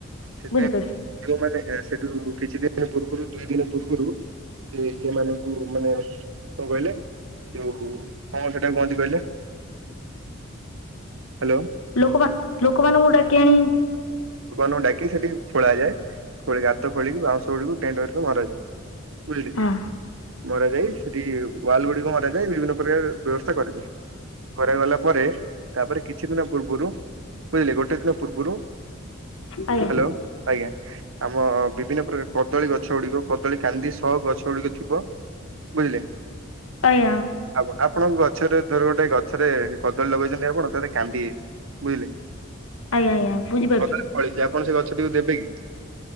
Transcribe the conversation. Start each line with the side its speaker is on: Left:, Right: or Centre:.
Right: ସେଥି
Left: ବୁଝିପାରୁଛି
Right: <unintelligible> ସେଠୁ କିଛି ଦିନ ପୂର୍ବରୁ ଦୁଇ ଦିନ ପୂର୍ବରୁ ସେ ଇ ମାନଙ୍କୁ ମାନେ କଣ କହିଲେ ଯୋଉ କଣ ସେଠା କୁହନ୍ତି କହିଲେ ହ୍ୟାଲୋ
Left: ଲୋକମା ଲୋକମାନାନଙ୍କୁ ଡାକି ଆଣି
Right: ନ ଡାକି ସେଠି ଖୋଳାଯାଏ ଖୋ ଗାତ ଖୋଳିକି ବାଉଁଶ ଗୁଡ଼ିକୁ ଟେଣ୍ଟୁିକକୁ ମରାଯାଏ ବୁଝିଲି
Left: ହଁ
Right: ମର ଯାଏ ସେଠି ୱାଲ ଗୁଡିକ ମର ଯାଏ ବିଭିନ୍ନ ପ୍ରକାର ବ୍ୟବସ୍ଥା କରିଦେ କରାଗଲା ପରେ ତାପରେ କିଛି ଦିନ ପୂର୍ବରୁ ବୁଝିଲେ ଗୋଟେ ଦିନ ପୂର୍ବରୁ ହ୍ୟାଲୋ
Left: ଆଜ୍ଞା
Right: ଆଜ୍ଞା ଆମ ବିଭିନ୍ନ କାର କଦଳୀ ଗଛ ଗୁଡିକ କଦଳୀ କାନ୍ଦି ସହ ଗଛ ଗୁଡିକ ଥିବ ବୁଝିଲେ
Left: ଆଜ୍ଞା
Right: ଆ ଆପଣଙ୍କ ଗଛରେ ର ଗୋଟେ ଗଛରେ କଦଳୀ ଲଗେଇଛନ୍ତି ଆପଣ ତାରେ କାନ୍ଦି ଯାଇଛି ବୁଝିଲେ
Left: ଆଜ୍ଞା ଆଜ୍ଞା ବୁଝିପାରୁଛି
Right: କଦା ପଳେଇଛି ଆପଣ ସେ ଗଛଟିକୁ ଦେବେ କି